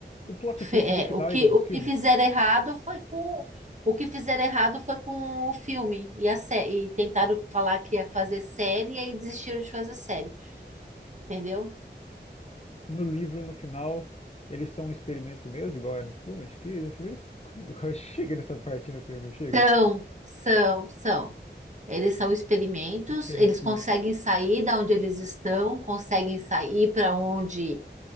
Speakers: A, on the left; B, on the right.
A: O plot
B: Fe-
A: twist do final
B: é, o que,
A: é igual
B: o
A: dos
B: que
A: filmes.
B: fizeram errado foi com o que fizeram errado foi com o filme e a série, e tentaram falar que ia fazer série e aí desistiram de fazer série, entendeu?
A: No livro, no final, eles são um experimento mesmo, igual é no filme. Acho que no filme eles. <laughs> Chega nessa parte no filme, não chega?
B: São, são, são. Eles são experimentos,
A: Experimento.
B: eles conseguem
A: do-
B: sair da onde eles estão, conseguem sair para onde